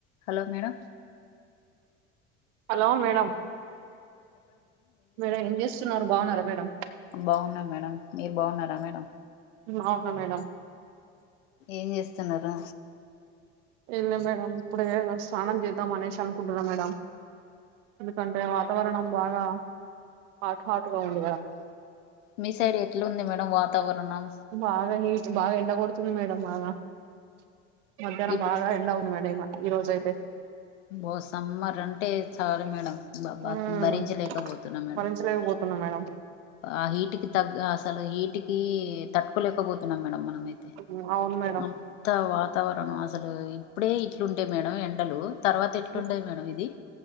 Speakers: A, on the left (about 75°); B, on the right (about 65°).
A: Hello madam
B: hello madam madam ఏం చేస్తున్నారు బాగున్నారా మేడం
A: బాగున్నాం మేడం మీరు బాగున్నారా మేడం
B: బాగున్నా మేడం
A: ఏం చేస్తున్నారు
B: ఏంలే మేడం ఇప్పుడే స్నానం చేద్దాం అనేసి అనుకుంటున్నా మేడం ఎందుకంటే వాతావరణం బాగా హాట్ హాట్ గా ఉంది కదా
A: మీ సైడ్ ఎట్లా ఉంది మేడం వాతావరణం
B: బాగా హీట్ బాగా ఎండ కొడుతుంది మేడం బాగా మధ్యాహ్నం
A: ఇప్పుడు
B: బాగా ఎండ వుంది మేడం ఇ ఈ రోజ అయితే
A: ఓ సమ్మర్ అంటే చాలు మేడం బ బ
B: ఉమ్
A: భరించలేకపోతున్నాం మేడం
B: భరించలేకపోతున్నా మేడం
A: ఆ హీట్ కి తగ్గ అసలు హీటికి తట్టుకోలేకపోతున్నాం మేడం మనమైతే
B: ఉమ్, అవును మేడం
A: అంత వాతావరణం అసలు ఇప్పుడే ఇట్లుం డే మేడం ఎండలు తర్వాత ఎట్లుండేది
B: ఉమ్,
A: మేడం ఇది